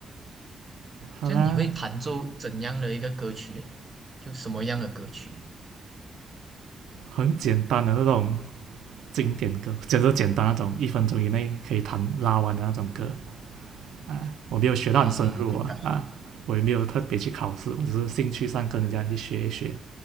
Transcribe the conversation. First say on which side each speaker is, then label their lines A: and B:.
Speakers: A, on the right; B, on the right.
A: 好啦，
B: 这样你会弹奏怎样的一个歌曲？就什么样的歌曲？
A: 很简单的那种经典歌，简直简单那种，一分钟以内可以弹拉完的那种歌啊。我没有学到很深入啊啊，
B: 嗯，明白
A: 我也没有特别去考试，我只是兴趣上跟人家去学一学。